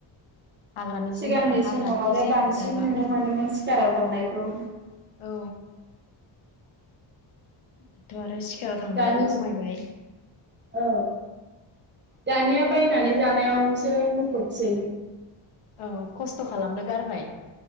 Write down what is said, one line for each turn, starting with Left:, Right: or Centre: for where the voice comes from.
Left: हाग्रानि
Right: सिगांनि
Left: जुन
Right: समाव
Left: हाग्रानि
Right: आरो
Left: जेखौ
Right: बांसिन
Left: जाबा
Right: नुनो
Left: मोजां
Right: मोनोमोन सिखाराव थांनायखौ
Left: औ दाथ' आरो सि खाराव थांनायाबो
Right: दानि
Left: खमायबाय
Right: औ दानिया बायनानै जानायावसो मुखुबसै
Left: औ खस्थ' खालामनो गारबाय